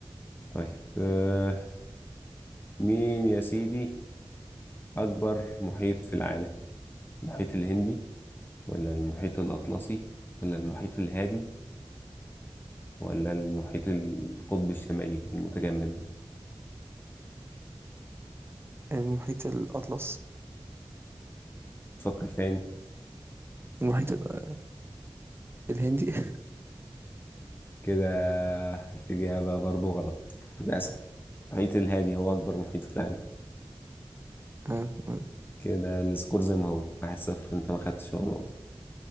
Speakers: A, on the left; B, on the right.
A: طيب آه، مين يا سيدي أكبر محيط في العالم المحيط الهندي ولا المحيط الأطلسي ولا المحيط الهادي ولا المحيط القطب الشمالي المتجمد ده
B: المحيط الأطلس
A: تفكر تاني
B: المحيط ال- الهندي <laughs>
A: كده الإجابة برضو غلط للأسف المحيط الهادي هو أكبر محيط في العالم
B: آه، آه،
A: كده السكور زي ما هو واحد صفر انت ما خدتش ولا نقطة